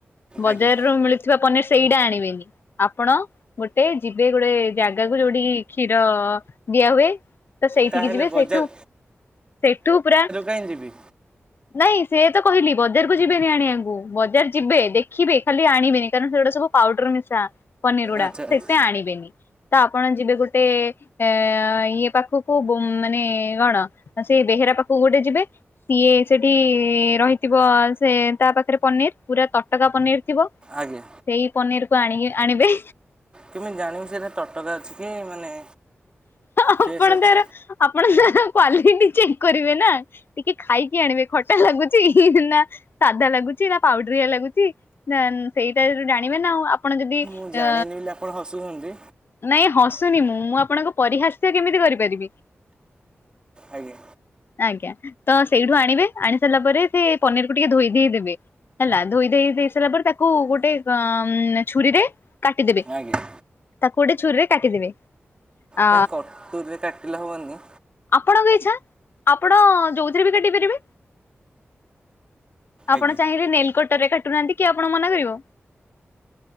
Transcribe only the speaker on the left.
ବଜାରରୁ
ମିଳ ଥିବା ପନିର ସେଇଟା ଆଣିବେନି। ଆପଣ ଗୋଟେ ଯିବେ ଗୋଟେ ଜାଗାକୁ ଯୋଉଠି କି କ୍ଷୀର ଦିଆ ହୁଏ ତ ସେଇଠିକି
ଯିବେ
ସେଇଠୁ ସେଇଠୁ ପୁରା
ନାଇଁ ସେଇଆ ତ କହିଲି ବଜାର କ ଯିବେନି ଆଣିବାକୁ ବଜାର ଯିବେ ଦେଖିବେ ଖାଲି ଆଣିବେନି କାରଣ ସେଗୁଡା ସବୁ ପାଉଡର ମିଶା। ପନିର ଉଡା
ସେତେ ଆଣିବେନି ତ ଆପଣ ଯିବେ ଗୋଟେ ଅ ଇଏ ପାଖୁ କୁ ମାନେ କଣ ସେ ବେହେରା ପାଖକୁ ଗୋଟେ ଯିବେ ସିଏ ସେଠି ଠି ରହିଥିବ ସେ ତା ପାଖରେ ପନିର ପୁରା ତଟକା ପନିର ଥିବ।
ସେଇ ପନିର କୁ ଆଣିକି ଆଣିବେ।
ଆପଣ
ତାର ଆପଣ ତାର କ୍ଵାଲିଟି ଚେକ୍ କରିବେ ନା। ଟିକେ ଖାଇକି ଆଣିବେ ଖଟା ଲାଗୁଚି ନା ସାଧା ଲାଗୁଚି ନା ପାଉଡରଆ ଲାଗୁଚି ନାନ ସେଇ ଟାଇପର ଜାଣିବେ ନା ଆ ଆପଣ ଯଦି
ଅ
ନାଇଁ ହସୁନି ମୁଁ ମୁଁ ଆପଣଙ୍କୁ ପରିହାସ୍ୟ କେମିତି କରିପାରିବି।
ଆଜ୍ଞା ତ ସେଇଠୁ ଆଣିବେ ଆଣି ସାରିଲା ପରେ ସେ ପନିର କୁ ଟିକେ ଧୋଇ ଧାଇ ଦେବେ। ହେଲା ଧୋଇ ଧାଇ ଦେଇ ସାରିଲା ପରେ ତାକୁ ଗୋଟେ ଅ ଛୁରୀରେ କାଟିଦେବେ
ତାକୁ ଗୋଟେ ଛୁରୀରେ କାଟିଦେବେ। ଆ
ଆପଣଙ୍କ ଇଚ୍ଛା ଆପଣ ଯୋଉଥିରେ ବି କାଟି ପାରିବେ। ଆପଣ
ଚାହିଁଲେ ନେଲ କଟରେ କାଟୁନାହାନ୍ତି କିଏ ଆପଣଙ୍କୁ ମନା କରିବ।